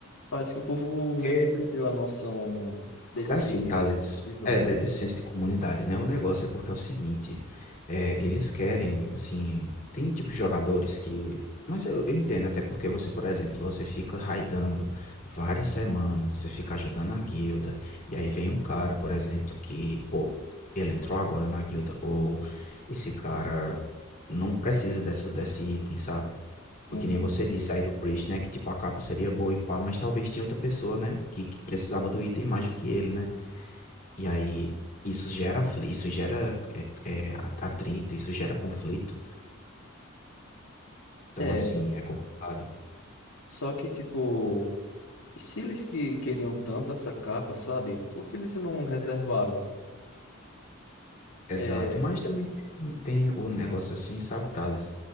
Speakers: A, on the left; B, on the left.
A: Parece que o povo meio
B: Porque
A: que perdeu a noção desse,
B: Porque assim, Thales,
A: dessa visão.
B: é de, desse senso de comunidade, né? O negócio é porque é o seguinte, é, eles querem, assim, tem tipo de jogadores que. Mas eu, eu entendo, até porque você, por exemplo, você fica raidando várias semanas, você fica ajudando a guilda, e aí vem um cara, por exemplo, que, pô, ele entrou agora na guilda, ou esse cara não precisa dessa, desse item, sabe? Porque
A: Uhum.
B: nem você disse aí do Priest, né? Que tipo a capa seria boa e pá, mas talvez tinha outra pessoa, né? Que, que precisava do item mais do que ele, né? E aí isso gera afli isso gera, é eh, atrito, isso gera conflito. Então,
A: É,
B: assim, é complicado.
A: só que tipo, se eles que queriam tanto essa capa, sabe? Por que eles não reservaram?
B: Exato.
A: É,
B: Mas também tem tem o negócio assim, sabe, Thales,